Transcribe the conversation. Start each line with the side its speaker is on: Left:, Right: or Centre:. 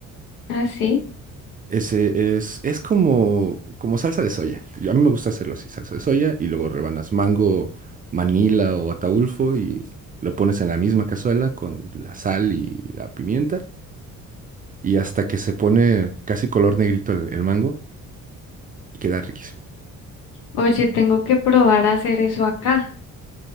Left: así.
Right: Ese es, es como, como salsa de soya. Yo- A mí me gusta hacerlo así, salsa de soya y luego rebanas mango, manila o ataulfo y lo pones en la misma cazuela con la sal y la pimienta y hasta que se pone casi color negrito el, el mango y queda riquísimo.
Left: Oye, tengo que probar a hacer eso acá.